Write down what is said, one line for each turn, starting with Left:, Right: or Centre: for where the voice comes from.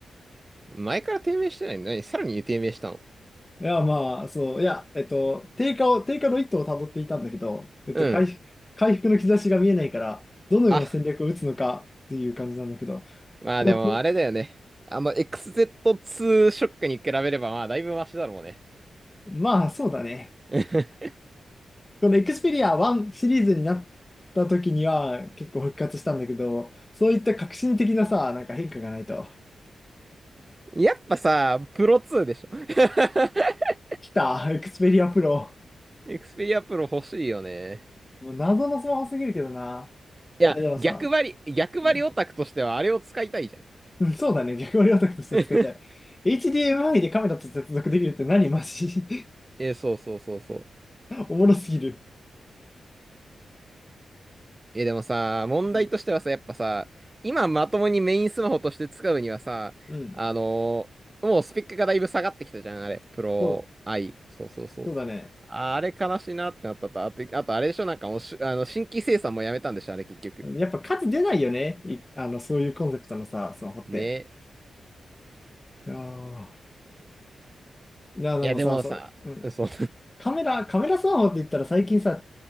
Right: 前から低迷してないのに、さらに低迷したの。
Left: いや、まあ、そう、いや、えっと、低下を、低下の一途をたどっていたんだけど、えっと、
Right: うん。
Left: 回復、回復の兆しが見えないから、どのような戦略を打つのかっていう感じなんだけど、
Right: あ、まあでもあれだよね。
Left: でもと
Right: あの XZ2 ショックに比べればまあだいぶマシだろうね。
Left: まあ、そうだね。
Right: <laughs>
Left: このエクスペリア1シリーズになった時には結構復活したんだけど、そういった革新的なさ、なんか変化がないと。
Right: やっぱさ、プロ2でしょ。<laughs>
Left: 来た、エクスペリアプロ。
Right: エクスペリアプロ欲しいよね。
Left: もう謎のスマホすぎるけどな。
Right: いや、
Left: いや、でもさ、
Right: 逆張り、逆張りオタクとしてはあれを使いたいじゃん。
Left: うん、うんそうだね。逆割り男として使いたい。
Right: <laughs>
Left: HDMI でカメラと接続できるって何マジ
Right: え、そうそうそうそう。
Left: <laughs> おもろすぎる。
Right: え、でもさ、問題としてはさ、
Left: うん、
Right: やっぱさ、今まともにメインスマホとして使うにはさ、
Left: うん、
Right: あのーもうスペックがだいぶ下がってきたじゃん、あれ。プロ
Left: そう、
Right: i そうそうそう。
Left: そうだね。
Right: あれ悲しいなってなったと。あと、あとあれでしょ、なんかもうしあの、新規生産もやめたんでしょ、あれ結局。
Left: やっぱ価値出ないよね。いあの、そういうコンセプトのさ、スマホって。
Right: ね。
Left: いやーな、でもさ、
Right: いや、でもさ、
Left: そう、うん、
Right: そう。
Left: カメラ、カメラスマホって言ったら最近さ、